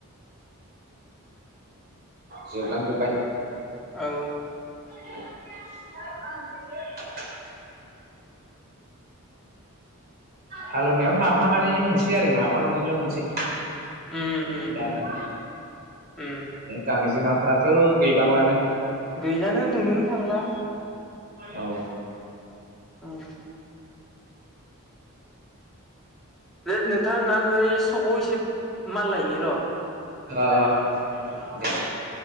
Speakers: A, on the right (about 45°); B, in the centre.
A: जोबलांजोबबाय।
B: औ।
A: <inaudible> हालएवनायाव माफा मानैल मोनसेै आरो माफा मानैल' मोनसेै।
B: उम उम
A: दाना
B: उम उम
A: गांजेमा फ्राथ गैबांलानो।
B: गैलानो नुनोनो थांला।
A: औ।
B: उम। बे नोंथां आङो एइ सखआव एसे माल लायनि र'।
A: अ अ। दे।
B: ओ